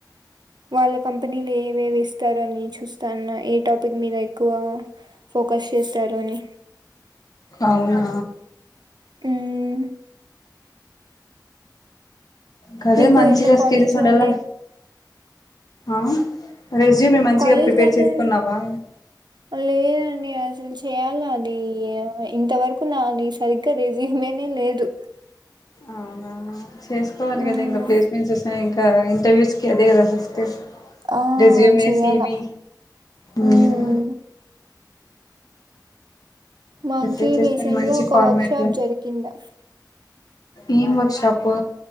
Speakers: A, on the right; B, on the left.
A: వాళ్ళ కంపెనీల ఎవేవి ఇస్తారు అని చూస్తాన్నా ఏ టాపిక్ మీద ఎక్కువ ఫోకస్ చేస్తారు అని
B: అవునా
A: ఊహూ
B: కదే
A: మీకు
B: మంచిగా
A: ఎట్లా కాలేజ్
B: స్కిల్స్ ఉండాల
A: వాళ్ళే
B: ఆ రెజ్యూమే మంచిగా
A: కాలేజ్
B: ప్రిపేర్
A: వాళ్ళే
B: చేసుకున్నావా
A: లేదండి అసలు చేయాలి అది ఇంతవరకూ నాది సరిగ్గా రెస్ జ్యూమే నే లేదు
B: అవునా చేసుకోవాలి
A: హ్మ్
B: గదా ఇంగ ప్లేస్మెంట్స్ వస్తున్నాయి ఇంక ఇంటర్వ్యూస్ కి అదే గదా ఫస్టు
A: ఆ
B: రెస్యూమే
A: చెయ్యాల
B: సి వి
A: హ్మ్
B: ఉమ్మ్
A: మాకి
B: ప్రిపేర్ చేస్తాను
A: రీసెంట్
B: మంచి
A: గా ఒక
B: ఫార్మాట్
A: వర్క్ షాప్
B: లో
A: జరిగిండే
B: ఏం వర్క్ షాపు